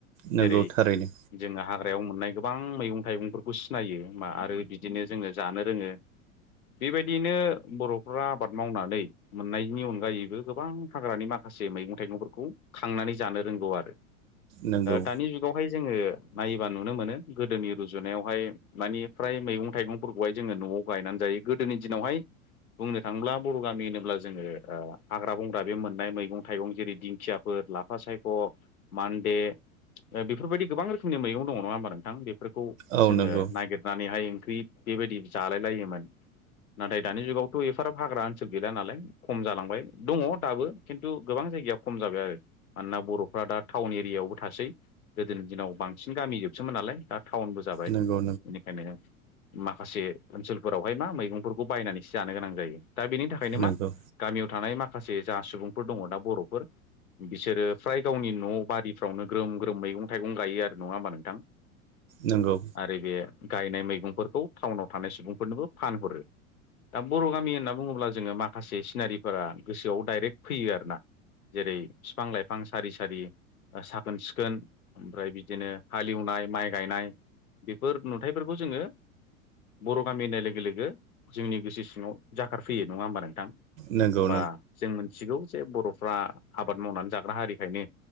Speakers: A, on the right (about 65°); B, on the left (about 75°).
A: नंगौ
B: जेरै
A: थारैनो
B: जोङो हाग्रायाव मोननाय गोबां मैगं-थाइगंफोरखौ सिनायो आरो बिदिनो जोङो जानो रोङो बेबायदियैनो बर'फ्रा आबाद मावनानै मोननायनि अनगायैबो गोबां हाग्रानि माखासे मैगं-थाइगंफोरखौ खांनानै जानो रोंगौ आरो
A: नंगौ
B: दानि जुगावहाय जोङो नायोबा नुनो मोनो गोदोनि रुजुनायावहाय मानि फ्राय मैगं-थाइगंफोरखौहाय जोङो न'आव गायनानै जायो गोदोनि दिनावहाय बुंनो थाङोब्ला बर' गामि होनोब्ला जोङो ओ हाग्रा बंग्रा बे मोननाय मैगं-थाइगं जेरै दिंखियाफोर लाफा सायख' मान्दे बेफोरबायदि गोबां रोखोमनि मैगं दङ नङा होमबा नोंथां बेफोर खौ
A: औ
B: जोङो
A: नंगौ
B: नागिरनानैहाय ओंख्रि बेबायदि जालाय लायोमोन नाथाय दानि जुगाव थ' एफाराब हाग्रा ओनसोल गैला नालाय खम जालांबाय दङ दाबो खिन्थु गोबां जायगाया खम जाबाय आरो मानोना बर'फ्रा दा टाउन एरियायावबो थासै गोदोनि दिनाव बांसिन गामि जोबसोमोन नालाय दा टाउनबो जाबाय
A: नंगौ नंगौ
B: बेनिखायनो मा खासे ओनसोलफोरावहाय मा मैगंफोरखौ बायनानैसो जानो गोनां जायो। दा बेनि थाखायनो
A: नंगौ
B: मा
A: नंगौ
B: गामियाव थानाय माखासे जा सुबुंफोर दङ दा बर'फोर बिसोरो फ्राय गावनि न' बारिफ्रावनो ग्रोम ग्रोम मैगं-थाइगं गायो आरो नङा होमबा नोंथां
A: नंगौ
B: आरो बे गायनाय मैगंफोरखौ टाउनाव थानाय सुबुंफोरनोबो फानहरो दा बर' गामि होनना बुङोब्ला जोङो माखासे सिनारिफोरा गोसोआव डाइरेक्ट फैयो आरोना जेरै बिफां-लाइफां सारि सारि साखोन सिखोन ओमफ्राय बिदिनो हालेवनाय माइ गायनाय बेफोर नुथायफोरखौ जोङो बर' गामि होननाय लोगो लोगो जोंनि गोसो सिङाव जाखारफैयो नङा होमबा नोंथां?
A: नंगौ नंगौ
B: बा जों मिथिगौ जे बर'फ्रा आबाद मावनानै जाग्रा हारिखायनो